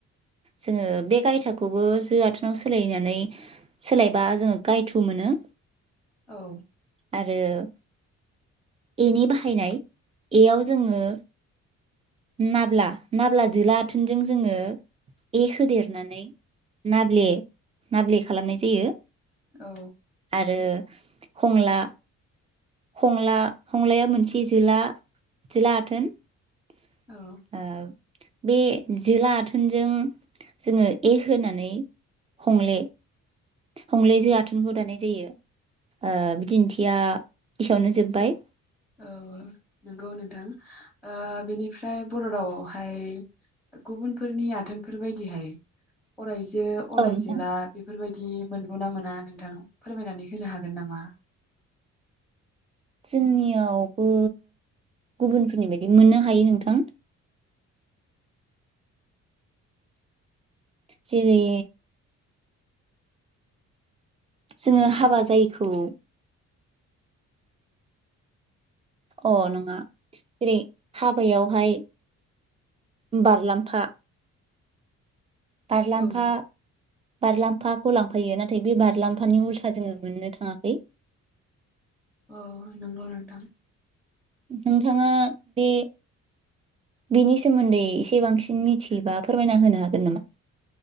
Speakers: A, on the right; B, in the centre.
A: जोङो बे गायथाखौबो जो आथोनाव सोलायनानै सोलायबा जोङो गायथु मोनो।
B: औ
A: आरो ए नि बाहायनाय ए याव जोङो नाब्ला नाब्ला जोला आथोनजों जोङो ए होदेरनानै नाब्ले नाब्ले खालामनाय जायो।
B: औ
A: आरो खमला हंला हंलाया मोनसे जोला जोला आथोन। ओ
B: औ
A: बे जोला आथोनजों जोंङो ए होनानै हंले हंले जो आथोनखौ दानाय जायो ओ बिदिन्थिया इसेयावनो जोब्बाय
B: औ नंगौ नोंथां आ बिनिफ्राय बर रावआव फाय गुबुनफोरनि आथोनफोर बायदिहाय अरायजो अराय
A: औ नोंथां
B: जेला बेफोरबायदि बिदि मोनगौ ना मोना नोंथां फोरमायनानै होनो हागोन नामा?
A: जोंनियावबो गुबुनफोरनि बायदि मोननो हायो नोंथां। जेरै जोङो हाबा जायैखौ अ नङा जेरै हाबायावहाय बारलामफा बारलाम्फा
B: औ
A: बारलाम्फाखौ लांफायो नाथाय बे बारलामफानि उल्था जोंङो मोननो थाङाखै
B: औ नोंगौ नोंथां।
A: नोंथाङा बे बेनि सोमोन्दै एसे बांसिन मिथियोबा फोरमायना होनो हागोन नामा?